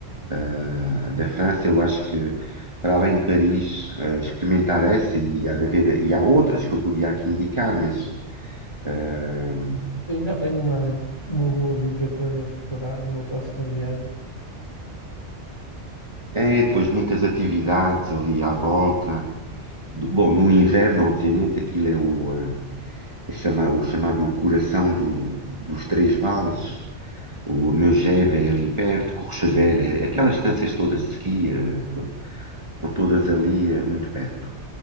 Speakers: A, on the right; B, on the left.
A: eh, da França, eu acho que para além de Paris, eh, experimentar essa e há de haver, e há outras que eu podia aqui indicar, mas eh,
B: Sim, já tenho uma, uma boa dica para explorar numa próxima viagem.
A: é depois
B: Ah,
A: muitas atividades ali à volta. Do- Bom, no inverno, obviamente, aquilo é o, eh, chama- o chamado Coração do- dos Três Vales, o Megeve é ali perto, Courchevel, é- aquelas estâncias todas de esqui, eh,
B: sim.
A: estão todas ali eh, muito perto.